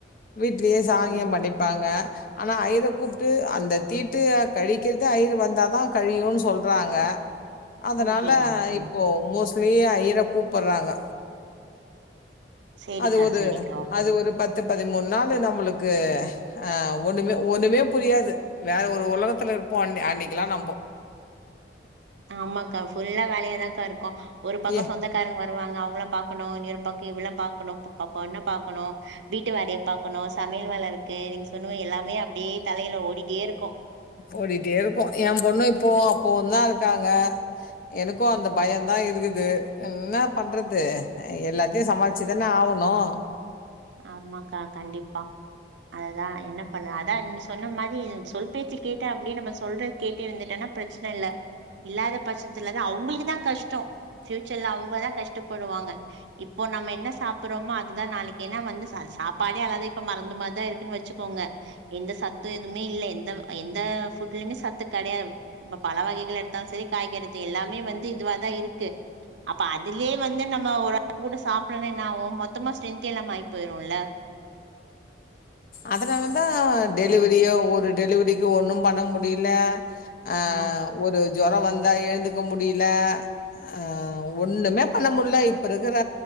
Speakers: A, on the left (about 50°); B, on the right (about 75°).
A: வீட்லயே சாங்கியம்
B: ஓ சரி
A: பண்ணிப்பாங்க
B: சரி
A: ஆனா ஐயர கூப் ட்டு அந்த தீட்டு கழிக்கிறது ஐயிரு வந்தாதான் கழியுன் சொல்றாங்க அதனால
B: ஓகேக்கா ஓகே
A: இப்போ மோஸ் லேயே ஐயிர கூப்படுறாங்க
B: சேரிக்கா
A: அது ஒரு
B: சேரிக்கா ஓகேங்க
A: அது ஒரு பத்து பதிமூணு நாள் நம்மளுக்கு ஆஹ் ஒண்ணுமே ஒண்ணுமே புரியாது வேற ஒரு உலகத்துல இருப்போ அன் அன்னைக்குலாம் நம்போம்
B: ஆமாக்கா ஃபுல்லா வேலையாதான்க்கா இரு ஒரு பக்கம்
A: ஏ
B: சொந்தக்காரங்க வர வருவாங்க அவங்கள பாக்கணும் இன்னொரு பாக்க இவள பாக்கணும் ப ப பொண்ண பாக்கணும் வீட்டு வேலய பாக்கணும் சமையல் வேல இருக்கு நீங்க சொன்னது எல்லாமே அப்படியே தலையில ஓடிட்டே இருக்கு
A: ஓடிட்டே இருக்கு என் பொண்ணும் இப்பவு அப்பவு தான் இருக்காங்க எனக்கும் அந்த பயம தான் இருக்குது என்ன பண்றது எல்லாத்தையு சமாளிச்சுதானே ஆவணும்
B: ஆமாக்கா கண்டிப்பா அதுதான் என்ன பண்ணல அதான் நீ சொன்ன மாதிரி சொல் பேச்சு கேட்டேன் அப்படின்னு நம்ம சொல்றது கேட்டு இருந்துட்டேன்னா பிரச்சனை இல்ல இல்லாத பட்சத்துலதான் அவங்களுக்குதான் கஷ்டம் ஃபியூச்சர்ல அவங்கதான் கஷ்டப்படுவாங்க இப்போ நம்ம என்ன சாப்பிடுறோமோ அதுதான் நாளைக்கு ஏன்னா வந்து ச சாப்பாடே அதாவது இப்ப மருந்து மாதிரிதான் இருக்குன்னு வச்சுக்கோங்க எந்த சத்து எதுவுமே இல்ல எந்த எந்த ஃபுட்லயுமே சத்து கிடையாது இப்ப பழ வகைகள் எடுத்தாலும் சரி காய்கறி எடுத்து எல்லாமே வந்து இதுவா தான் இருக்கு அப்ப அதுலயே வந்து நம்ம ஓரளவு கூட சாப்ட்லனா என்னாவும் மொத்தமா ஸ்ட்ரென்த் த்தே இல்லாம ஆய் போயிருல
A: அதனாலதான் டெலிவரியோ ஒரு டெலிவரிக்கு ஒன்னு பண்ண முடில ஆஹ்
B: ஆமாக்கா
A: ஒரு ஜொரம் வந்து எழுந்துக்க முடில ஹ ஒண்ணுமே பண்ண முடில இப்ப இருக்கிற